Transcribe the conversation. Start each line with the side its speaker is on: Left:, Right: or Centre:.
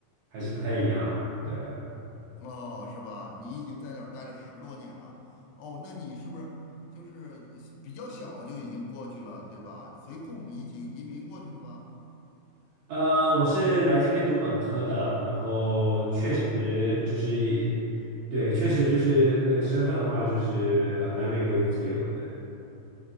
Right: 还是不太一样。对，
Left: 哦，是吧？你已经在那儿待了十多年了，哦，那你是不是就是比较小就已经过去了，对吧？随父母一起移民过去的吗？
Right: 呃，我是来这边读本科的，然后确实就是也对，
Left: 哦，
Right: 确实就是那个身份的话，就是呃来美国以后才有的。对，